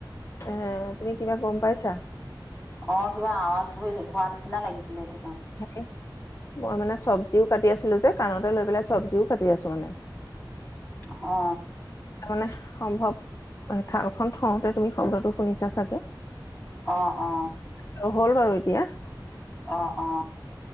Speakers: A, on the left (about 40°); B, on the left (about 20°).
A: এ তুমি কিবা গম পাইছা?
B: অ কিবা আৱাজ হৈ হোৱা নিচিনা লাগিছিলে সেইটো কাৰণে।
A: এ মই মানে চব্জিও কাটি আছিলোঁ যে কাণতে লৈ পেলাই চব্জিও কাটি আছোঁ মানে।
B: অ
A: তাৰ মানে সম্ভৱ থালখন থওঁতে তুমি শব্দটো শুনিছা চাগে।
B: অ অ
A: আৰু হ'ল বাৰু এতিয়া
B: অ অ